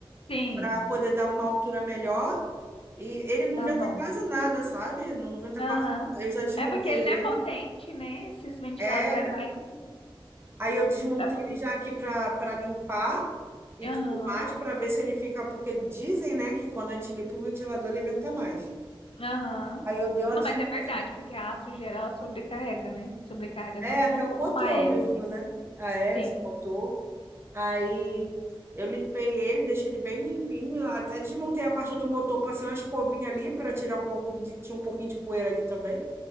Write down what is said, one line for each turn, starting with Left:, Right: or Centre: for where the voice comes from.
Left: Sim,
Right: pra poder dar uma altura melhor. E ele não
Left: tá
Right: venta
Left: bom.
Right: quase nada, sabe? Não venta
Left: Aham.
Right: quase. Eu já desmontei
Left: É porque ele não é potente,
Right: ele.
Left: né? Esses ventiladores
Right: É,
Left: é mais assim,
Right: Aí eu desmontei
Left: pra poder.
Right: ele já aqui para para limpar e
Left: Aham,
Right: tudo mais, para ver se ele fica, porque dizem, né, que quando a gente limpa o ventilador, ele venta mais.
Left: aham.
Right: Aí eu dei uma
Left: Não,
Right: desmontada.
Left: mas é verdade, porque a sujeira ela sobrecarrega, né? Sobrecarrega
Right: É,
Left: tanto
Right: até
Left: o motor
Right: o motor
Left: como a hélice.
Right: mesmo, né? A hélice,
Left: Sim.
Right: o motor. Aí eu limpei ele, deixei ele bem limpinho, até desmontei a parte do motor, passei uma escovinha ali para tirar um pouco de, tinha um pouquinho de poeira ali também.